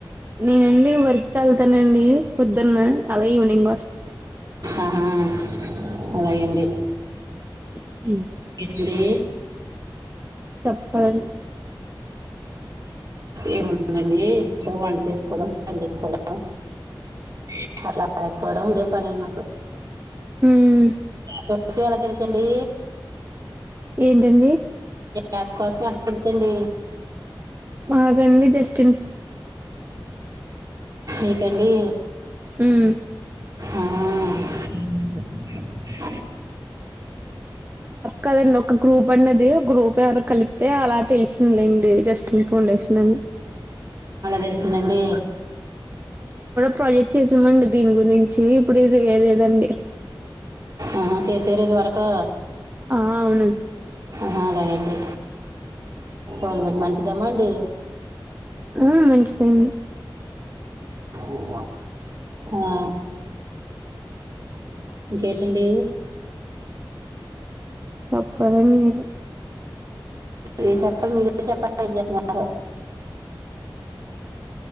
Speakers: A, on the right (about 25°); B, on the right (about 45°).
A: నేనండి వర్క్ ఏళ్తానండి. పొద్దున్నా, అలగే ఈవినింగ్ ఒస్త్.
B: ఆహా! అలే అండి.
A: టిప్లింగ్
B: లే
A: చంపడాన్
B: ఏముందండీ. ఇంట్లో వంట చేసుకోవడం, పని జేసుకోవడం. ఏ అట్ల అనకపోవడం ఇదే పల్లిల్ నాకు
A: హుహ్
B: కోస్సుయాలా తెలిసింది.
A: యేండండీయి
B: యస్ట్ ఫస్ట్ నాట్ పుట్టింది.
A: ఆ రెండిటి జస్ట్
B: ఏంటండీ
A: ఉమ్
B: ఆ
A: కదండి ఒక గ్రూప్ అన్నదే గ్రూప్లొ ఎవరొ కలిపితే అలా తెలిసిందిలెండి. జస్ట్ ఫౌండేషన్ అని
B: తెలుస్తుందండీ
A: ప్రొజెక్ట్ చేశామండి దీని గురించి, ఇప్పుడు ఇది వేరేదండి.
B: ఆహా చేశార్ ఇదివరకూ.
A: ఆ అవును.
B: ఆ అలాగండి ఒల్లు మంచిదమండీ
A: ఆ మంచిదండి
B: ఉమ్ ఆ ఇంకేటండీ?
A: చెప్పాలండి మీరే
B: ఏం చెప్పాలి మీరేం చెప్పాలి ఏం చేస్తున్నారో